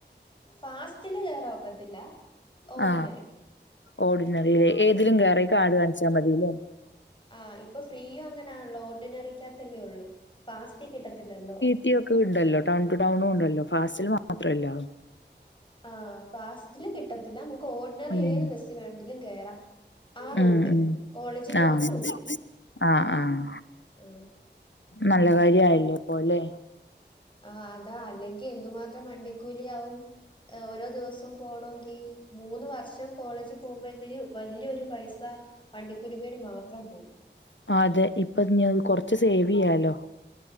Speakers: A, on the left (about 25°); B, on the left (about 85°).
A: ഫാസ്റ്റില് കേറാൻ ഒക്കത്തില്ല ഓർഡിനറി
B: ആ ഓർഡിനറിയിലേ ഏതിലും കയറാ ഈ കാഡ് കാണിച്ചാൽ മതില്ലേ
A: ആ ഇപ്പൊ ഫ്രീ അങ്ങനെയാണല്ലോ ഓർഡിനറിക്കകത്തല്ലേ ഉള്ളൂ ഫാസ്റ്റ് കിട്ടത്തില്ലല്ലോ
B: സിറ്റിയൊക്കെ ഉണ്ടല്ലോ ടൗൺ ടു ടൗണും ഉണ്ടല്ലോ ഫാസ്റ്റിൽ മാത്രമില്ല
A: ആ ഫാസ്റ്റില് കിട്ടത്തില്ല നമുക്ക് ഓർഡിനറി ഏത്
B: ഉം
A: ബസ്സിൽ വേണമെങ്കിലും കേറാം ആ റൂട്ട്
B: ഉം ഉം
A: കോളേജിൽ പോവുന്ന
B: ആഹ്
A: റൂട്ട്ല്
B: ആഹ് ആഹ്
A: ആ
B: നല്ല കാര്യ ആയല്ലോ ഇപ്പോലെ
A: ആ അതാ അല്ലെങ്കിൽ എന്തുമാത്രം വണ്ടിക്കൂലി ആവും ഓരോ ദിവസവും പോണോങ്കിൽ മൂന്ന് വർഷം കോളേജ് പോകുമ്പോഴത്തേന് വലിയൊരു പൈസ വണ്ടിക്കുലിക്ക് വേണ്ടി മാത്രം പോവും
B: അതെ ഇപ്പ കൊറച്ച് സേവ് യ്യാലോ